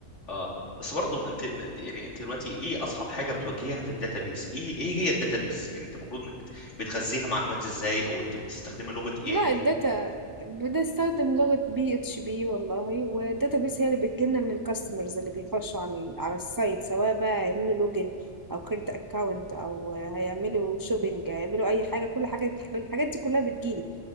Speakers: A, on the left; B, on the right.
A: اه بس برضه انت يعني انت دلوقتي ايه اصعب حاجه بتواجهها في الداتابيس ايه ايه هي الداتابيس يعني انت المفروض انك بت- بتغذيها معلومات ازاي او انت بتستخدمي لغه ايه
B: لا الداتا بنستخدم لغه بي اتش بي والله والداتا بيز هي اللي بتجيلنا من الكاستمرز اللي بيخشوا على ال- على السايت سواء بقى هيعملوا لوجن او كريت اكاونت او هيعملوا شوبينج هيعملوا اي حاجه كل حاجه الحاجات دي كلها بتجيلي